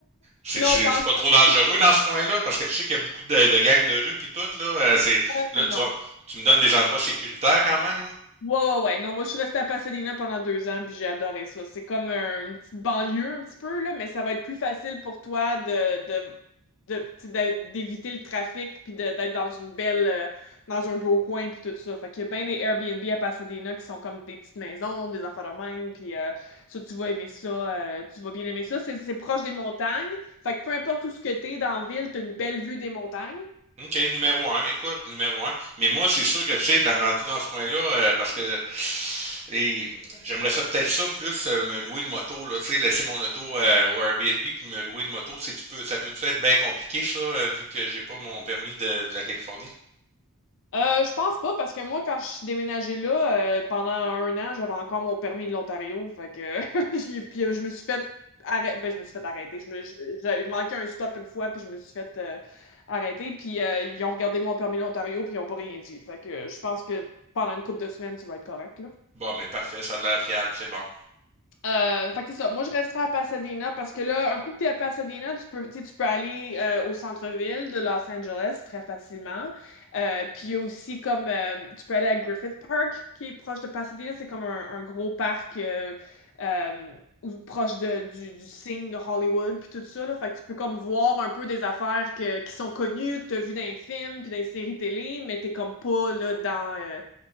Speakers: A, on the right (about 30°); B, on the left (about 60°).
A: c'est,
B: Non,
A: c'est,
B: pas
A: c'est
B: en-
A: pas
B: tout.
A: trop dangereux dans ce coin-là? Parce que je sais qu'il y a beaucoup de, de gangs de rue puis tout, là. euh, c'est,
B: non,
A: là, tu,
B: non.
A: tu me donnes des endroits sécuritaires quand même, là?
B: Ouais, ouais, ouais. Non, moi, je suis restée à Pasadena pendant deux ans, puis j'ai adoré ça. C'est comme un- une petite banlieue, un petit peu, là, mais ça va être plus facile pour toi de, de, de, tu sais, de- d'éviter le trafic, puis de- d'être dans une belle, euh, dans un beau coin, puis tout ça. Fait qu'il y a bien des Airbnb à Pasadena qui sont comme des petites maisons, des affaires de même, puis euh, ça, tu vas aimer ça, euh, tu vas bien aimer ça. C'est c'est proche des montagnes. Fait que peu importe où ce que t'es dans la ville, t'as une belle vue des montagnes.
A: OK, numéro un. Écoute, numéro un. Mais moi, c'est sûr que, tu sais, dans, rendu dans ce coin-là, euh, parce que et j'aimerais ça peut-être ça plus euh, me louer une moto, là, tu sais, laisser mon auto euh, au Airbnb puis me louer une moto, si tu peux, ça peut-tu être bien compliqué, ça, euh, vu que j'ai pas mon permis de, de la Californie?
B: Euh, je pense pas parce que moi, quand je suis déménagée là, euh, pendant un an, j'avais encore mon permis de l'Ontario. Fait que <laughs> j'ai- puis, euh, je me suis fait arrêter. Ben, je me suis fait arrêter. Je me- je- J'avais manqué un stop une fois, puis je me suis fait euh, arrêter. Puis euh, ils ont regardé mon permis de l'Ontario, puis ils ont pas rien dit. Fait que euh, je pense que pendant une couple de semaines, tu vas être correct,
A: Bon, mais parfait, ça a de l'air fiable, c'est bon.
B: euh, fait que c'est ça. Moi, je resterai à Pasadena parce que là, un coup que t'es à Pasadena, tu peux, tu sais, tu peux aller euh, au centre-ville de Los Angeles très facilement. Euh, puis il y a aussi comme euh, tu peux aller à Griffith Park qui est proche de Pasadena. C'est comme un, un gros parc euh, euh, ou- proche de, du, du signe de Hollywood puis tout ça là. Fait que tu peux comme voir un peu des affaires que, qui sont connues, que t'as vu dans les films puis dans les séries télé, mais t'es comme pas là dans euh,